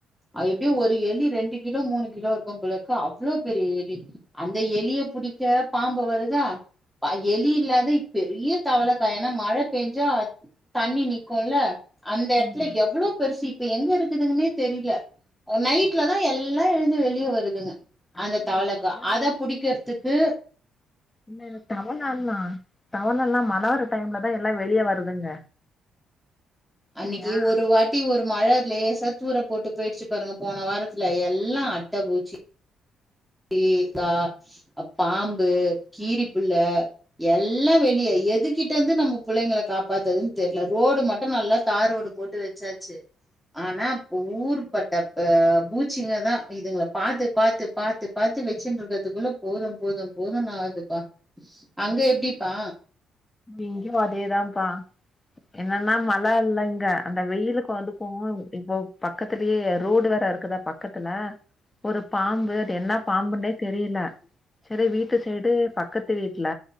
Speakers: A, in the centre; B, on the left.
A: அது எப்டியு ஒரு எலி ரெண்டு கிலோ மூணு கிலோ இருக்கும் போலர்க்கு அவ்ளோ பெரிய எலி அந்த எலிய புடிக்க பாம்பு வருதா எலி இல்லாத பெரிய தவளைக்கா ஏன்னா மழ பேஞ்சா தண்ணி நிக்குல அந்த இடத்துல
B: ஆமா
A: எவ்ளோ பெருசு இப்ப எங்க இருக்குதுங்கன்னே தெரில நைட்லதா எல்லா எழுந்து வெளிய வருதுங்க
B: அதுவு
A: அந்த தவளதா
B: இந்த மழ
A: அத புடிக்கிற்துக்கு
B: இன்னு இந்த தவங்ல்லா தவண எல்லா மழவர டைம்லதா எல்லா வெளிய வருதுங்க இல்லையா
A: அன்னைக்கி ஒரு வார் குட்டி ஒரு மழ அது லேசா தூறல் போட்டு போயிடுச்சி பாருங்க போன வாரத்துல எல்லாம அட்ட பூச்சி இ தா அ பாம்பு கீரிப்புள்ள எல்லா வெளியா எதுகிட்ட இருந்து நம்ம புள்ளைங்க காப்பாத்தறதுன்னு தெர்ல ரோடு மட்டும் நல்லா தார் ரோடு போட்டு வெச்சாச்சி ஆனா ஊரு பட்ட பூச்சிங்க தா இதுங்கள பாத்து பாத்து பாத் பாத்து பாத்து வெச்சின் இருக்கறதுக்குள்ள போதும் போதும் போதுன்னு ஆகுதுப்பா அங்க எப்டிப்பா
B: இங்கயு அதேதாம்பா என்னன்னா மழ இல்ல இங்க அந்த வெயிலுக்கு வந்துக்கும் இப்போ பக்கத்திலயே ரோடு வேற இருக்குதா பக்கத்துல ஒரு பாம்பு அது என்ன பாம்புன்னே தெரியில சரி வீட்டு சைடு பக்கத்து வீட்ல